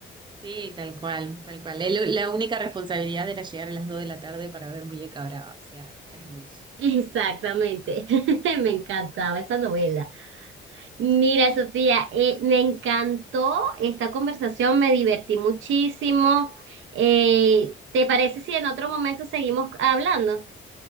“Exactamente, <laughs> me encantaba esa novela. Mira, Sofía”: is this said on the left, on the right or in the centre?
Right